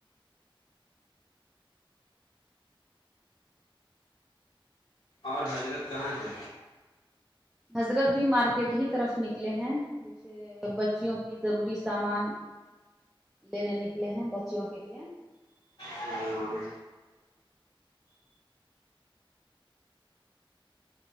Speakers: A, on the left; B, in the centre.
A: اور حضرت کہاں ہے
B: حضرت بھی مارکیٹ ہی طرف نکلے ہیں بچیوں کی ضروری سامان لینے نکلے ہیں بچیوں کے لیے
A: ہوں